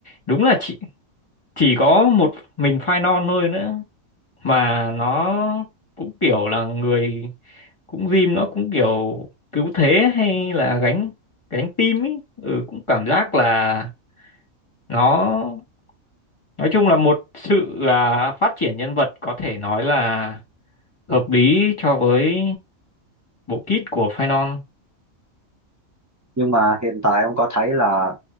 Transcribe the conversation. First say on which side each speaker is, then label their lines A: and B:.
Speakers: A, on the left; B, on the right.
A: đúng là chỉ chỉ có một mình Phainon thôi nữa mà nó cũng kiểu là người cũng Jim nó cũng kiểu cứu thế hay là gánh gánh team ấy ừ, cũng cảm giác là nó nói chung là một sự à, phát triển nhân vật có thể nói là hợp lý cho với bộ kit của Phainon
B: nhưng mà hiện tại ông có thấy là